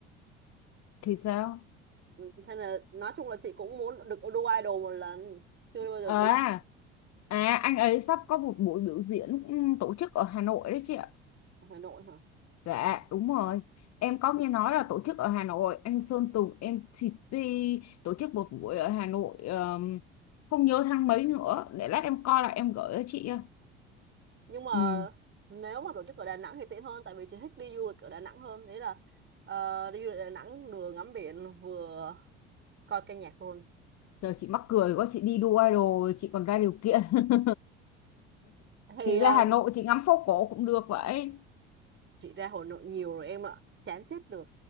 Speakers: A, on the left; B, on the right.
A: thì sao?
B: Ừ, Thế là nói chung là chị cũng muốn được đu idol một lần, chưa bao giờ
A: À,
B: đi
A: à anh ấy sắp có một buổi biểu diễn ừ, tổ chức ở Hà Nội đấy chị ạ.
B: Hà Nội hả?
A: Dạ, đúng rồi. Em có nghe nói là tổ chức ở Hà Nội, anh Sơn Tùng em MTP tổ chức một buổi ở Hà Nội ờm, không nhớ tháng mấy nữa. Để lát em coi là em gửi cho chị.
B: Nhưng mà
A: Ừ,
B: nếu mà tổ chức ở Đà Nẵng thì tiện hơn tại vì chị thích đi du lịch ở Đà Nẵng hơn. Đấy là ờ, đi du lịch Đà Nẵng vừa ngắm biển vừa coi ca nhạc luôn
A: trời chị mắc cười quá chị đi đu idol chị còn ra điều kiện. <laughs>
B: thì
A: chị
B: ờ,
A: ra Hà Nội chị ngắm phố cổ cũng được vậy
B: chị ra Hà Nội nhiều rồi em ạ chán chết được